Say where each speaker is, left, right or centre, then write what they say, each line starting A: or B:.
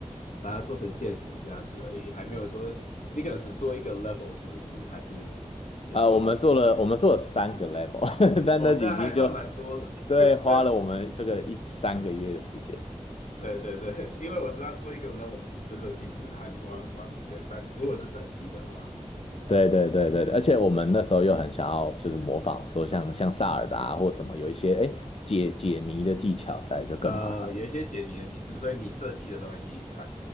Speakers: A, on the left (about 80°); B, on the left (about 55°).
A: 把它做成现实这样子而已，还没有说你可能只做一个 level 是不是？还是有做好几个？
B: 呃，我们做了我们做了三个 level，<laughs> 但那已经就
A: 哦，这样还算蛮多的。
B: 对花了我们这个一三个月的时间。
A: <laughs> 对对对对，因为我知道做一个 level 是真的其实很花很花时间，三如果是三 D 的话。
B: 对对对对对，而且我们那时候又很想要就是模仿说像像萨尔达啊或什么有一些哎解解谜的技巧在就更麻烦。
A: 呃，有一些解谜的机制，所以你设计的东西还